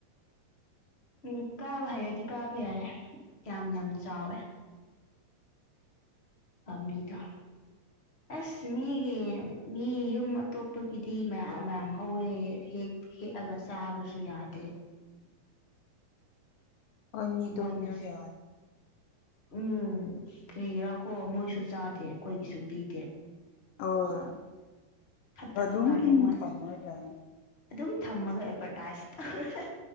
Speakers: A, on the left; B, on the left.
A: ꯎꯝ ꯀꯥꯕ ꯍꯩꯔꯗꯤ ꯀꯥꯕ ꯌꯥꯏꯌꯦ ꯌꯥꯝ ꯌꯥꯝ
B: ꯑꯁ
A: ꯆꯥꯎꯋꯦ ꯄꯥꯝꯕꯤꯗꯣ ꯑꯁ ꯃꯤꯒꯤ ꯃꯤ ꯌꯨꯝ ꯑꯇꯣꯞꯄꯒꯤꯗꯤ ꯃꯌꯥꯝ ꯃꯌꯥꯝ ꯍꯧꯋꯦ ꯍꯦ ꯍꯦꯛꯑꯒ ꯆꯥꯕꯁꯨ ꯌꯥꯗꯦ
B: ꯑꯅꯤꯗꯨꯕꯨꯖꯨ
A: ꯃꯣꯏꯅ
B: ꯌꯥ
A: ꯎꯝ ꯀꯔꯤꯒꯤꯔꯥ ꯀꯣ ꯃꯣꯏꯁꯨ ꯆꯥꯗꯦ ꯑꯩꯈꯣꯏꯒꯤꯁꯨ ꯄꯤꯗꯦ
B: ꯑꯑꯣꯏ
A: ꯐꯠꯇꯕ
B: ꯑꯗꯨꯝ
A: ꯃꯥꯜꯂꯦ ꯃꯣꯏ
B: ꯊꯝꯂ ꯂꯩꯔꯅꯤ
A: ꯑꯗꯨꯝ ꯊꯝꯃꯒ ꯑꯦꯗꯚꯔꯇꯥꯏꯁ ꯇꯧꯔ